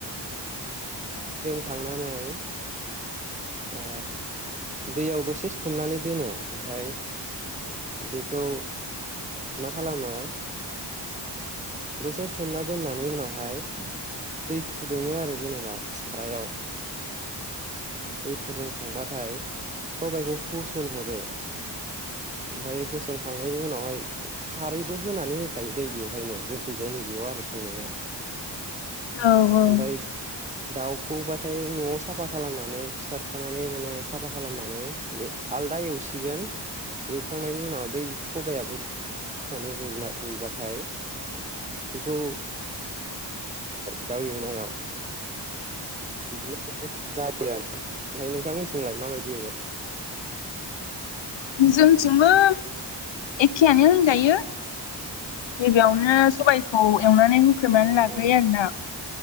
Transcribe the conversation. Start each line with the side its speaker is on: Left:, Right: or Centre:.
Right: फुख्रिमखांनानै ओ दैयाव दसे सोमनानै दोनो ओमफफ्राय बेखौ मा खालामो। दसे सोमना दोननानै उनावहाय दै फुदुङो आरो जेनेबा सारायाव दै फुदुंखांबाथाय सबाइखौ होसनहरो बाय होसन खां खांनायनि उनावहाय खारैबो होनानै होखायो दै बेवहायनो जोंखैजाय नै बेयाव आरो संनाया
Left: औ औ
Right: ओमफ्राय दाउखौबाथाय न'आव साफा खालामनानै सिथारखानानै माने साफा खालामनानै आलदा एवसिगोन एवखांनायनि उनाव बै सबायाबो रुइबाथाय बेखौ दाउ एवनायाव बिदिनो जायो आरो। ओमफाय नोंथांमोनथिंलाय माबायदि हो
Left: जोंथिंबो एखेयानो होनजायो। गिबियावनो सबायखौ एवनानै होख्रेमनानै
Right: ओ
Left: लाग्रोयो
Right: ओ
Left: आरोना।